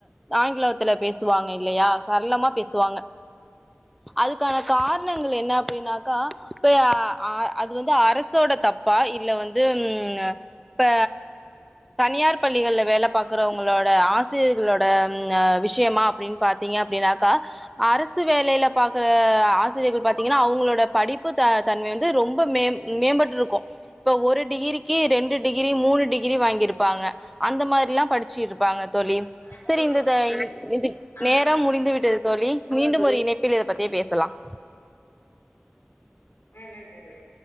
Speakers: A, in the centre; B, on the left.
A: ஆங்கில த்துல பேசுவாங்க இல்லையா சரளமா பேசுவாங்க அதுக்கான காரணங்கள் என்ன அப்டின்னாக்கா பே அ அது வந்து அரசோட தப்பா இல்ல வந்து இப்ப தனியார் பள்ளிகள்ல வேல பாக்குறவங்களோட ஆசிரியர்களோட அ விஸ் விஷயமா அப்டின்னு பாத்தீங்க அப்டினாக்கா அரசு வேலேல பாக்குற ஆசிரியர்கள் பாத்தீங்கன்னா அவுங்களோட படிப்பு த தன்மை வந்து ரொம்ப மே மேம்பட்டு இருக்கும் இப்ப ஒரு டிகிரிக்கு ரெண்டு டிகிரி மூணு டிகிரி வாங்கிருப்பாங்க அந்த மாரிலாம் படுச்சி இருப்பாங்க தோழி
B: ஆ
A: செரி
B: தோழி
A: இந்த த <unintelligible>
B: ஆ
A: நேரம் முடிந்து விட்டது தோழி மீண்டும் ஒரு இணைப் <unintelligible> பத்தியே பேசலாம்
B: ஆ நன்றி தோழி